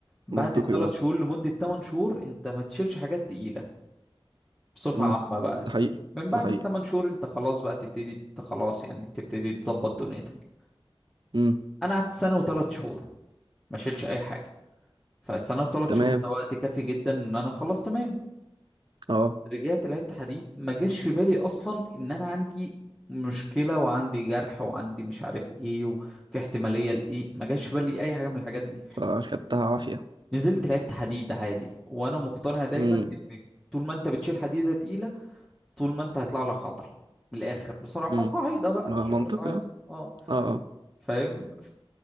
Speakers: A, in the centre; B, on the right.
A: بعد
B: منطقي
A: الثلاث
B: اه
A: شهور لمدة 8 شهور انت ما تشيلش حاجات تقيلة بصفة
B: امم
A: عامة بقى
B: ده حقيقي
A: من بعد
B: ده حقيقي
A: الثمان شهور انت خلاص بقى تبتدي انت خلاص يعني تبتدي تظبط دنيتك
B: امم
A: انا قعدت سنة وثلاث شهور ما شيلش اي حاجة فسنة وثلاث
B: تمام
A: شهور ده وقت كافي جدا ان انا خلاص تمام
B: اه
A: رجعت لعبت حديد ما جاش في بالي اصلا ان انا عندي مشكلة وعندي جرح وعندي مش عارف ايه وفي احتمالية لايه ما جاش في بالي اي حاجة من الحاجات دي
B: فاخدتها عافية
A: نزلت لعبت حديد عادي وانا مقتنع دايما
B: امم
A: ان طول ما انت بتشيل حديده تقيله طول ما انت هيطلع لك عضله من الاخر بصراحه
B: امم
A: صعيده بقى
B: ما
A: شغل
B: منطقي
A: صعيده
B: اه
A: اه
B: اه آه.
A: فاهم